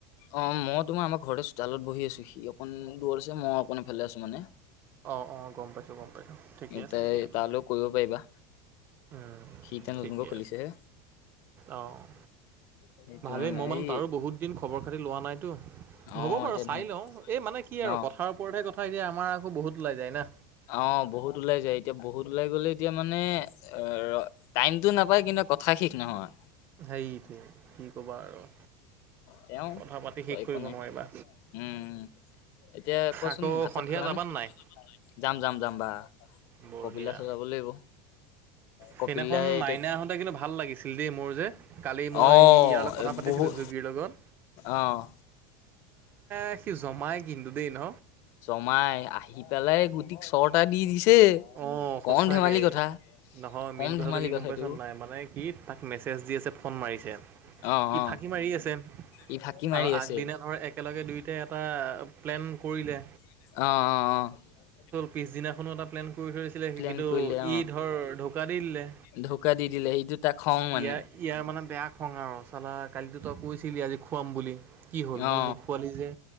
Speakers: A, on the left; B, on the right.
A: অ', মই তোমাৰ আমাৰ ঘৰতে চোতালত বহি আছোঁ। সি অকণ দূৰত আছে, মই অকণ এইফালে আছোঁ মানে।
B: অ', অ', গম পাইছোঁ গম পাইছোঁ। ঠিকে
A: এ
B: আছে
A: তাই
B: তেতিয়াহ'লে।
A: তালৈ কৰিব পাৰিবা
B: উম,
A: সি এতিয়া নতুনকৈ
B: ঠিকে
A: খুলিছেহে
B: আছে অ'।
A: সেইটো
B: ভালে। মই মানে
A: এই
B: তাৰো বহুত দিন খবৰ খাতি লোৱা নাইতো।
A: অ',
B: হ'ব বাৰু
A: এতিয়া
B: চাই
A: ধুনীয়া
B: লওঁ। এই মানে কি আৰু
A: অ',
B: কথাৰ ওপৰতহে কথা এতিয়া আমাৰ আকৌ বহুত ওলাই যায় না।
A: অ', বহুত ওলাই যায় এতিয়া বহুত ওলাই গ'লে এতিয়া মানে অ', ৰ টাইমটো নাপায় কিন্তু কথা শেষ নহয়।
B: সেইটোৱে কি ক'বা আৰু।
A: তেওঁ
B: কথা পাতি
A: <unintelligible>
B: শেষ
A: একো
B: কৰিব
A: নাই,
B: নোৱাৰিবা
A: উম। এতিয়া কোৱাঁচোন
B: আকৌ
A: ভাত
B: সন্ধিয়া
A: চাত খালানে?
B: যাবান নাই
A: যাম যাম যাম বা।
B: বঢ়িয়া
A: কপিলা চলাব লাগিব। কপিলাই
B: সেইদিনাখন
A: এতিয়া
B: মাইনা আহোঁতে কিন্তু ভাল লাগিছিল দেই মোৰ যে কালি মই
A: অ',
B: ইয়াৰ লগত কথা পাতিছিলোঁ
A: বহুত
B: যোগীৰ লগত।
A: অ',
B: এ' সি জমাই কিন্তু দেই ন?
A: জমাই আহি পেলাই গুটিক চৰটা দি দিছে। সে
B: অঁ সঁচাকে
A: কণ ধেমালি কথা।
B: নহয়,
A: কম
B: মেইন কথাটো
A: ধেমালি
B: কি
A: কথা
B: গম পাইছ
A: এইটো
B: নাই মানে কি তাক মেছেজ দি আছে ফোন মাৰিছে।
A: অ
B: ই
A: অ
B: ফাঁকি মাৰি আছে
A: ই ফাঁকি মাৰি
B: আৰু
A: আছে
B: আগদিনা ধৰ এক একেলগে দুয়োটাই এটা প্লেন কৰিলে।
A: অ', অ', অ'।
B: পিছদিনাখনোঁ অলপ কৰি থৰিছিলে
A: প্লেন
B: সি, কিন্তু
A: কৰিলে
B: ই
A: অ
B: ধৰ ঢকা দি দিলে।
A: ঢৌকা দি দিলে সেইটো তাক খং মানে
B: ইয়াৰ ইয়াৰ মানে বেয়া খং আৰু চালা কালিতো তই কৈছিলি আজি খোৱাম বুলি। কি হ'ল মোক
A: অ
B: নোখোৱালি যে?